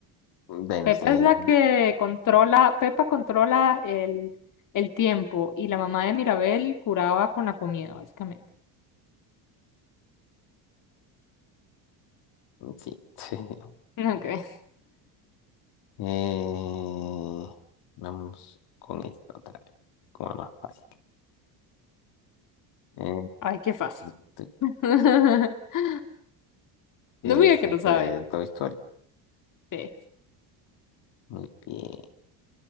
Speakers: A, on the left; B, on the left.
A: Bueno,
B: Peppa
A: no sé.
B: es la que controla, Peppa controla el, el tiempo y la mamá de Mirabel curaba con la comida, básicamente.
A: Mm, Sí. <laughs>
B: <laughs> Ok.
A: Eh, vamos con esta otra vez, como la más fácil. Eh,
B: Ay, qué fácil.
A: tu- tu-
B: <laughs>
A: ¿qué
B: No me diga
A: es
B: que
A: esta
B: no sabe.
A: de Toy Story?
B: Sí,
A: Muy bien.